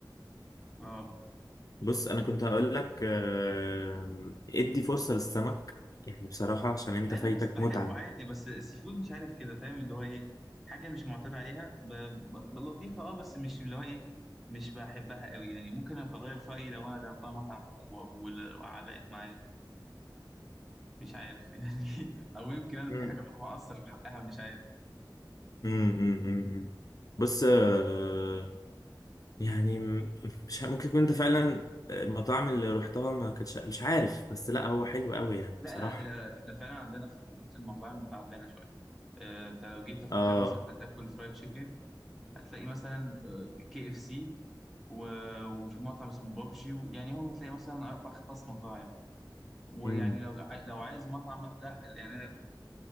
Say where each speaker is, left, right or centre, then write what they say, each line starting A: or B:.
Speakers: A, in the centre; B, on the left.
A: اه
B: بص انا كنت هقول لك آه، ادي فرصة للسمك يعني بصراحة عشان انت
A: لا
B: فايتك
A: أنا بس بحبه
B: متعة
A: عادي بس السي فود مش عارف كده فاهم اللي هو إيه حاجة مش معتاد عليها ب... ب... ب- لطيفة أه بس مش اللي هو إيه مش بحبها قوي يعني ممكن أغير رأيي لو أنا جربتها مطعم و... و... وعلقت معايا مش عارف <laughs> يعني أو يمكن أنا
B: مم.
A: في حاجة مقصر في حقها مش عارف
B: مم، مم، مم، مم. بص آه، يعني م- مش ه- ممكن يكون انت فعلا المطاعم اللي رحتها ما كانتش مش عارف بس لا هو حلو قوي يعني
A: لا
B: بصراحة
A: أنا... لا، إحنا فعلا عندنا في المحيط المطاعم تعبانة شوية آه، انت لو جيت تفكر
B: اه
A: مثلا هتاكل فرايد تشيكن هتلاقي مثلا آه، كي اف سي وفي مطعم اسمه بابجي يعني هو بتلاقي مثلا اربع خمس مطاعم ويعني
B: مم.
A: لو ع- لو عايز مطعم لا يعني أنا